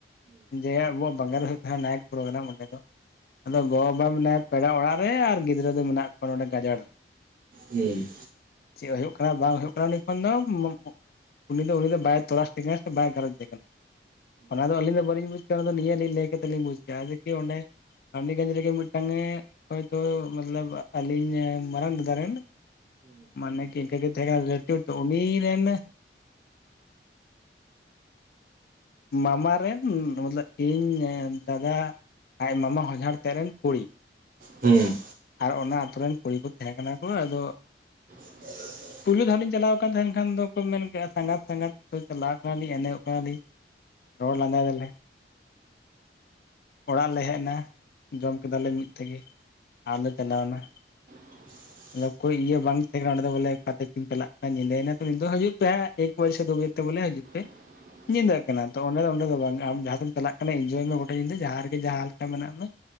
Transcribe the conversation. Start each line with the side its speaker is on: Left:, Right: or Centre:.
Left: ᱡᱮ ᱟᱵᱚᱣᱟᱜ ᱵᱟᱝᱟᱞ ᱨᱮ ᱦᱳᱭᱳᱜ ᱛᱟᱦᱮᱱᱟ ᱱᱟᱭᱤᱴ ᱯᱨᱳᱜᱨᱟᱢ ᱚᱸᱰᱮ ᱫᱚ ᱟᱫᱚ ᱜᱚ-ᱵᱟᱵᱟ ᱢᱮᱱᱟᱭᱟ ᱯᱮᱲᱟ ᱚᱲᱟᱜ ᱨᱮ ᱟᱨ ᱜᱤᱫᱽᱨᱟᱹ ᱫᱚ ᱢᱮᱱᱟᱜ ᱠᱚᱣᱟ ᱱᱚᱸᱰᱮ ᱜᱟᱡᱟᱲ
Right: ᱦᱩᱸ
Left: ᱪᱮᱜ ᱦᱳᱭᱳᱜ ᱠᱟᱱᱟ ᱵᱟᱝ ᱦᱳᱭᱳᱜ ᱠᱟᱱᱟ ᱩᱱᱤ ᱠᱷᱚᱱ ᱫᱚ ᱢᱚ- ᱩᱱᱤ ᱫᱚ ᱩᱱᱤ ᱫᱚ ᱵᱟᱭ ᱛᱚᱞᱟᱥ ᱛᱮᱜᱮᱭᱟ ᱥᱮ ᱵᱟᱭ ᱜᱷᱟᱨᱚᱡᱽ ᱮ ᱠᱟᱱᱟ᱾ ᱚᱱᱟ ᱫᱚ ᱟᱹᱞᱤᱧ ᱫᱚ ᱵᱟᱹᱞᱤᱧ ᱵᱩᱡᱽ ᱠᱟᱱᱟ ᱚᱱᱟ ᱫᱚ ᱱᱤᱭᱟᱹ ᱞᱤᱧ ᱞᱟᱹᱭ ᱠᱟᱛᱮᱞᱤᱧ ᱵᱩᱡᱽ ᱠᱮᱜ-ᱟ ᱡᱮᱠᱤ ᱚᱸᱰᱮ ᱟᱢᱤ- ᱠᱟᱹᱢᱤ ᱨᱮᱜᱮ ᱢᱤᱫᱴᱟᱝ ᱮ ᱦᱚᱭ ᱛᱚ ᱢᱚᱛᱞᱚᱵ ᱟᱹᱞᱤᱧ ᱢᱟᱨᱟᱝ ᱫᱟᱫᱟ ᱨᱮᱱ ᱢᱟᱱᱮ ᱠᱤ ᱤᱱᱠᱟᱹ ᱜᱮ ᱛᱟᱦᱮᱸ ᱠᱟᱱᱟ ᱞᱟᱹᱴᱩ ᱛᱚ ᱩᱱᱤ ᱨᱮᱱ ᱢᱟᱢᱟ ᱨᱮᱱ ᱢᱚᱛᱞᱚᱵ ᱤᱧ ᱫᱟᱫᱟ ᱟᱡ ᱢᱟᱢᱟ ᱦᱚᱧᱦᱟᱨ ᱛᱮᱜ ᱨᱮᱱ ᱠᱩᱲᱤ᱾
Right: ᱦᱩᱸ,
Left: ᱟᱨ ᱚᱱᱟ ᱟᱛᱩ ᱨᱮᱱ ᱠᱩᱲᱤ ᱠᱚ ᱛᱟᱦᱮᱸ ᱠᱟᱱᱟ ᱠᱚ᱾ ᱟᱫᱚ
Right: <inaudible>
Left: ᱯᱩᱭᱞᱩ ᱫᱷᱟᱣ ᱞᱤᱧ ᱪᱟᱞᱟᱣ ᱟᱠᱟᱱ ᱛᱟᱦᱮᱸᱱ ᱠᱷᱟᱱ ᱫᱚᱠᱚ ᱢᱮᱱ ᱠᱮᱜᱼᱟ ᱥᱟᱸᱜᱟᱛ ᱥᱟᱸᱜᱟᱛ ᱛᱚ ᱪᱟᱞᱟᱣ ᱠᱟᱱᱟᱞᱤᱧ ᱮᱱᱮᱡᱚᱜ ᱠᱟᱱᱟᱞᱤᱧ, ᱨᱳᱲ ᱞᱟᱸᱫᱟᱭ ᱫᱟᱞᱮ᱾ ᱚᱲᱟᱜ ᱞᱮ ᱦᱮᱜᱱᱟ, ᱡᱚᱢ ᱠᱮᱫᱟᱞᱮ ᱢᱤᱫ ᱛᱮᱜᱮ᱾ ᱟᱨᱞᱮ ᱪᱟᱞᱟᱣᱮᱱᱟ᱾
Right: <unintelligible>
Left: ᱚᱠᱚᱭ ᱤᱭᱟᱹ ᱵᱟᱝ ᱛᱟᱦᱮᱸ ᱠᱟᱱᱟ ᱚᱸᱰᱮ ᱫᱚ ᱵᱚᱞᱮ ᱚᱠᱟ ᱛᱮ ᱠᱤᱱ ᱪᱟᱞᱟᱜ ᱠᱟᱱ ᱧᱤᱫᱟᱹᱭᱮᱱᱟ ᱛᱚ, ᱱᱤᱫ ᱫᱚ ᱦᱟᱹᱡᱩᱜ ᱯᱮ ᱮᱠ ᱵᱟᱡᱮ ᱥᱮ ᱫᱳ ᱵᱟᱡᱮ ᱛᱚ ᱵᱚᱞᱮ ᱦᱟᱹᱡᱩᱜ ᱯᱮᱺ
Right: <inaudible>
Left: ᱧᱤᱫᱟᱹᱜ ᱠᱟᱱᱟ ᱛᱚ ᱚᱸᱰᱮ ᱫᱚ ᱚᱸᱰᱮ ᱫᱚ ᱵᱟᱝ ᱟᱢ ᱡᱟᱦᱟᱸᱛᱮᱢ ᱪᱟᱞᱟᱜ ᱠᱟᱱᱟ ᱤᱱᱡᱚᱭ ᱢᱮ ᱜᱚᱴᱟ ᱧᱤᱫᱟᱹ ᱡᱟᱦᱟᱸ ᱨᱮᱜᱮ ᱡᱟᱦᱟᱸ ᱞᱮᱠᱟ ᱢᱮᱱᱟᱜ ᱢᱮ,